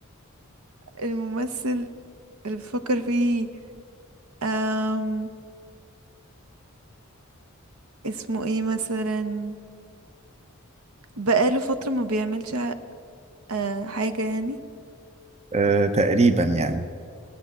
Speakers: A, on the right (about 80°); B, on the right (about 30°).
A: الممثل اللي بفكر فيه أم اسمه ايه مثلا بقاله فترة ما بيعملش ع- آه، حاجة يعني
B: أه تقريبا يعني